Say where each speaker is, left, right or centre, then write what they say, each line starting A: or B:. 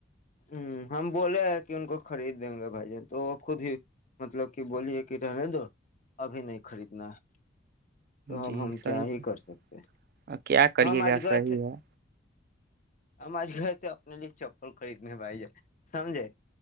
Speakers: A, on the left; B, on the right.
A: ہ ہم بولے ہیں کہ ان کو خرید دیں گے بھائی جان تو وہ خود ہی مطلب کہ بولیے کہ رہنے دو ابھی نہیں خریدنا ہے تو اب
B: جی
A: ہم
B: صحیح
A: کیا ہی
B: تو
A: کر سکتے
B: اور کیا کریے
A: ہماں مج
B: گا
A: گئے
B: صحیح ہے
A: ہم آج گئے تھے اپنے لیے چپل کڑ بائی جائے سمجے